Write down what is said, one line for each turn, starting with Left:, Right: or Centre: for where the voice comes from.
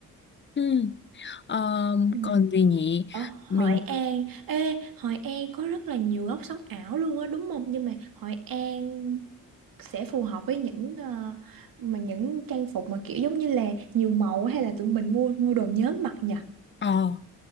Left: Ừ. Ờ,
Right: ừ.
Left: còn gì nhỉ
Right: ở
Left: mình
Right: Hội An ê Hội An có rất là nhiều góc sống ảo luôn á đúng không nhưng mà Hội An sẽ phù hợp với những ờ, mà những trang phục mà kiểu giống như là nhiều màu hay là tụi mình mua mua đồ nhóm mặc nhỉ?
Left: ờ